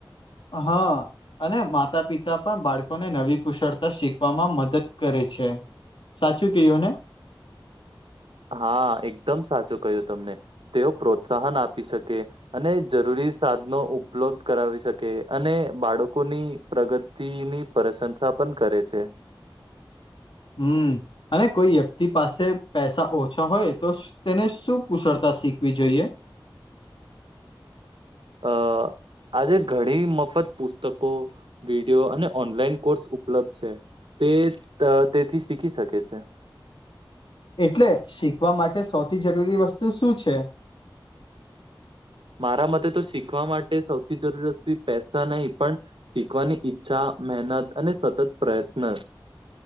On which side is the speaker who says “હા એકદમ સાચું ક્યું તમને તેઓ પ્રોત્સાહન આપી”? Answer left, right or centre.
Right